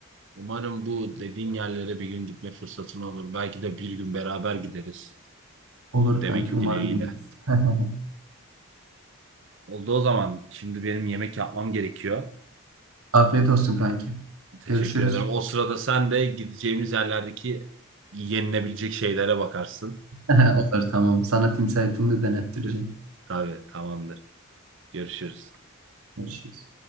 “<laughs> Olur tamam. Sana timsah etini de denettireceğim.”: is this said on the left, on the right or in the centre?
Right